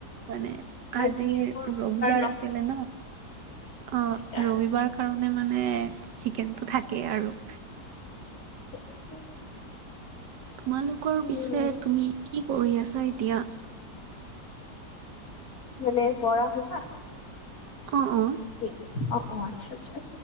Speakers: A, on the right (about 80°); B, on the left (about 60°).
A: মানে আজিৰ
B: আজি আকৌ
A: ৰবিবাৰ
B: নহয়
A: আছিলে ন। অ,
B: সেইকাৰণে
A: ৰবিবাৰ কাৰণ। মানে, চিকেনটো থাকেই আৰু।
B: <unintelligible>
A: তোমালোকৰ
B: উম
A: পিছে তুমি কি কৰি আছা এতিয়া?
B: মানে, পঢ়া, শুনা
A: অ', অ'।
B: অ, অ, আচ্ছা, আচ্ছা।